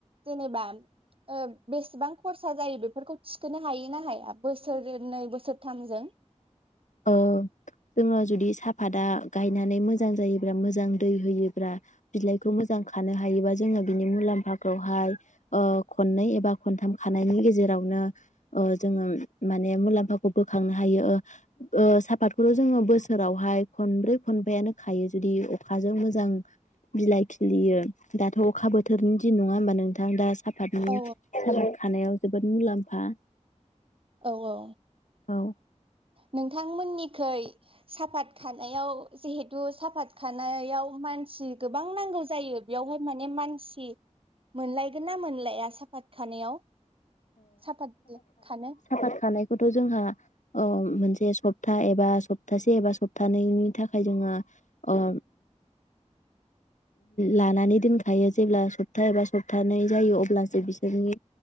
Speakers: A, on the right; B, on the left.
A: जेनेबा बेसेबां खरसा जायो बेफोरखौ थिखोनो हायो ना हाया बोसोरनै बोसोरथामजों।
B: ओ जोङो जुदि साहाफादा गायनानै मोजां जायोब्ला मोजां दै होयोब्ला बिलाइखौ मोजां खानो हायोबा जोङो बिनि मुलाम्फाखौहाय खननै एबा खनथाम खानायनि गेजेरावनो जोङो माने मुलाम्फाखौ बोखांनो हायो। साफातखौथ' जोङो बोसोरावहाय खनब्रै खनबानो खायो जुदि अखाजों मोजां बिलाइ खिलियो दाथ' अखा बोथोरनि दिन नङा होमबा नोंथां। साफादनि
A: औ
B: साहा खानायाव जोबोद मुलाम्फा
A: औ औ
B: औ
A: नों नोंथांमोननिखै साफात खानायाव जिहेथु साफात खानायाव मानसि गोबां नांगौ जायो बेयावहाय माने मानसि मोनलायगोन ना मोनलाया साफात खानायाव? साफात बिलाइ खानो
B: साफात खानायखौथ' जोंहा मोनसे सप्ता एबा सप्तासे एबा सप्तानैनि थाखाय जोंहा ओ लानानै दोनखायो जेब्ला सप्ता एबा सप्तानै जायो अब्लासो बिसोरनि